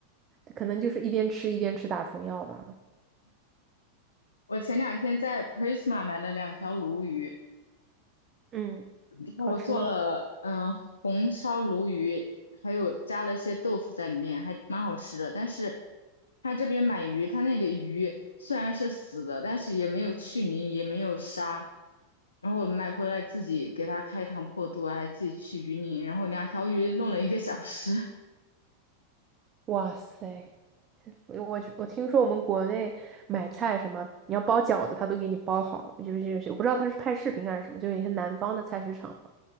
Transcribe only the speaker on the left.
我前两天在 Prisma 买了两条鲈鱼，
然后我做了嗯、
呃红烧鲈鱼，还有加了些豆腐在里面，还蛮好吃的。但是他这边买鱼，他那个鱼虽然是死的，但是也没有去鳞，也没有杀。然后我买回来自己给它开膛破肚啊还自己去鱼鳞，然后两条鱼弄了一个小时。